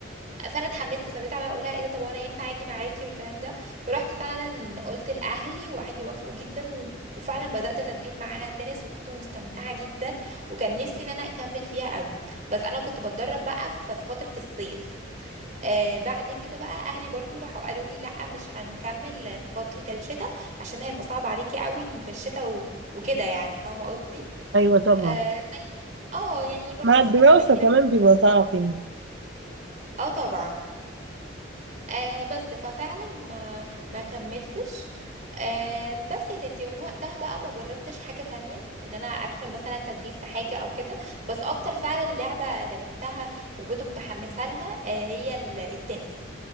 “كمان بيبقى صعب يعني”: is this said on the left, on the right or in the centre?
Right